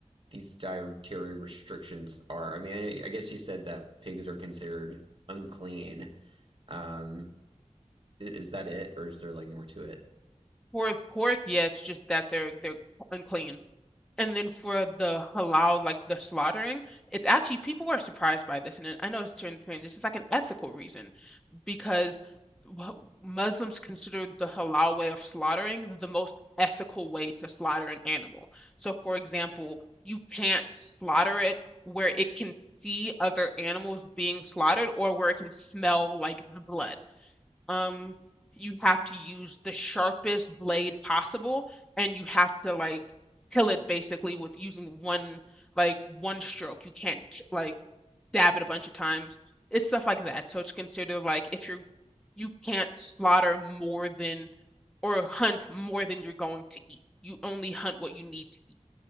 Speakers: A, on the right; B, in the centre.
A: these dietary restrictions are? I mean, I, I guess you said that pigs are considered unclean. Um, i- is that it, or is there like more to it?
B: For pork, yeah, it's just that they're they're unclean. And then for the halal, like the slaughtering, it's actually people are surprised by this, and it- I know it's turned strange. It's just like an ethical reason because wh- Muslims consider the halal way of slaughtering the most ethical way to slaughter an animal. So, for example, you can't slaughter it where it can see other animals being slaughtered or where it can smell like the blood um you have to use the sharpest blade possible and you have to like kill it basically with using one like one stroke you can't k- like dab it a bunch of times it's stuff like that so it's considered like if you're you can't slaughter more than or hunt more than you're going to eat you only hunt what you need to eat